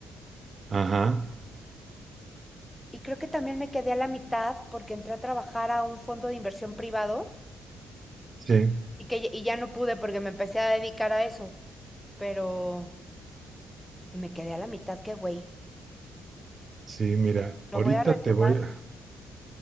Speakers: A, on the right; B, in the centre.
A: Ajá,
B: y creo que también me quedé a la mitad porque entré a trabajar a un fondo de inversión privado
A: sí,
B: y que y ya no pude porque me empecé a dedicar a eso. Pero Y me quedé a la mitad, qué güey.
A: sí, mira,
B: Lo
A: ahorita
B: voy a retomar.
A: te voy a...